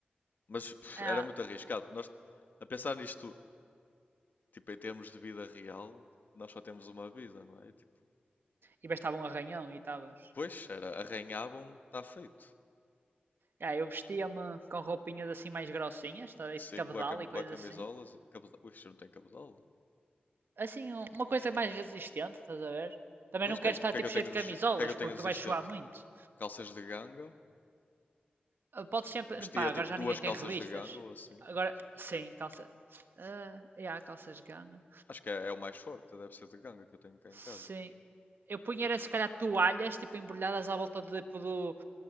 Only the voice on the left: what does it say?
Mas pff,
era muito arriscado. Nós, a pensar nisto, tipo, em termos de vida real, nós só temos uma vida, não é? Tipo,
pois, era, arranhavam-me, está feito.
Sei,
bué cam-
bué camisolas,
e cabeça- Ui, isto não tem camisola.
Pois,
o
que é, o
que
é que eu
tenho,
resi-
o que é que eu tenho
resistente?
Calças de ganga.
Vestia
tipo
duas
calças
de ganga ou assim.
Acho que é, é o mais forte, deve ser de ganga que eu tenho cá em
casa.